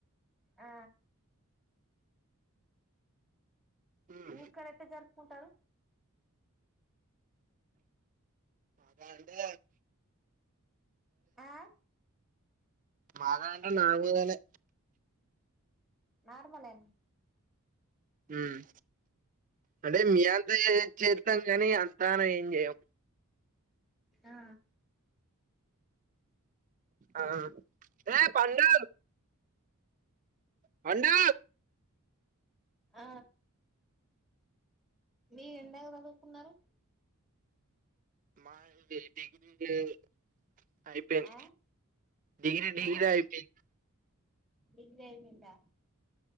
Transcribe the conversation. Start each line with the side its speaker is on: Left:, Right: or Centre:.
Centre: ఆ
Right: హ్మ్
Centre: మీకాడ ఎట్ట జరుపుకుంటరు?
Right: గంటే
Centre: ఆ
Right: మాగా అంటె నా మీదనే
Centre: నార్మలేన
Right: మ్ అంటె మీ అంతే చేత్తంగానీ అంతగ ఏం చెయ్యం
Centre: ఆ
Right: ఆ ఏ పండు పండూ
Centre: ఆ మీరు ఎందాక చదువుకున్నరు
Right: మాయి డిగ్రీ అయి అయిప్ పెయింద్
Centre: ఆ
Right: డిగ్రీ డిగ్రీ
Centre: ఆ
Right: అయిపెయింద్
Centre: డిగ్రీ అయిపోయిందా